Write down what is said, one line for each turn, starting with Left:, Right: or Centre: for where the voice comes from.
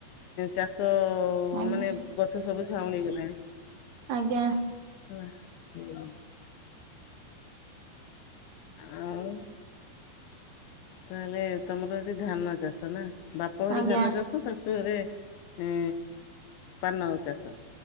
Left: ଚାଷ <unintelligible>
Right: ଆଜ୍ଞା
Left: ମାନେ ଗଛ ସବୁ ଝାଉଁଳି ଗଲାଣି।
Right: ଆଜ୍ଞା।
Left: <unintelligible> ହୁଁ। ଆଉ। ତାହେଲେ ତମର ଏଠି ଧାନ ଚାଷ ନା ବାପ ଘରେ
Right: ଆଜ୍ଞା
Left: ଧାନ ଚାଷ ଶାଶୁ ଶାଶୁ ଘରେ ଏଁ ପାନ ଚାଷ।